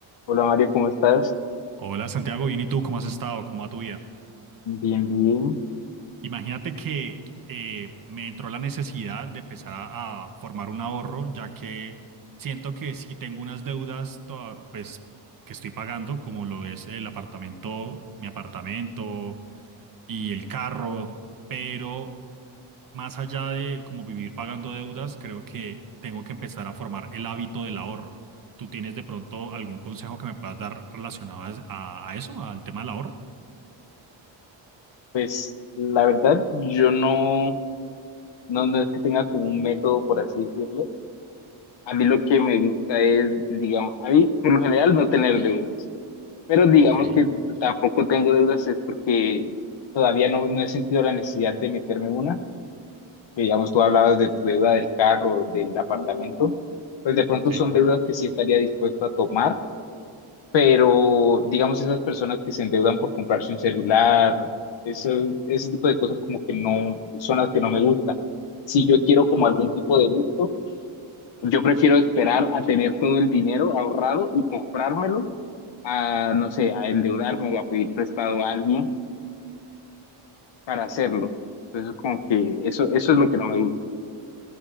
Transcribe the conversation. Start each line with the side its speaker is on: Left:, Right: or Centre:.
Left: Hola Mario, ¿cómo estás?
Right: Hola Santiago, bien y tú, ¿cómo has estado? ¿Cómo va tu vida?
Left: Bien, bien.
Right: Imagínate que eh, me entró la necesidad de empezar a, a formar un ahorro, ya que siento que si tengo unas deudas toda- pues, que estoy pagando, como lo es el apartamento, mi apartamento y el carro, pero más allá de como vivir pagando deudas, creo que tengo que empezar a formar el hábito del ahorro. ¿Tú tienes de pronto algún consejo que me puedas dar relacionado a, a eso, al tema del ahorro?
Left: Pues la verdad, yo no, no, no es que tenga como un método, por así decirlo. A mí lo que me gusta es, digamos, a mí por lo general no tener deudas, pero digamos
Right: Ok.
Left: que tampoco tengo deudas es porque todavía no, no he sentido la necesidad de meterme en una. Que, Digamos, tú hablabas de tu deuda del carro, del apartamento, pues de pronto
Right: Sí,
Left: son deudas que sí estaría dispuesto a tomar pero digamos esas personas que se endeudan por comprarse un celular, eso, ese tipo de cosas como que no son las que no me gustan. Si yo quiero como algún tipo de gusto, yo prefiero esperar a tener todo el dinero ahorrado y comprármelo, a no sé, a endeudarme o a pedir prestado a alguien para hacerlo. Entonces como que eso, eso es lo que no me gusta.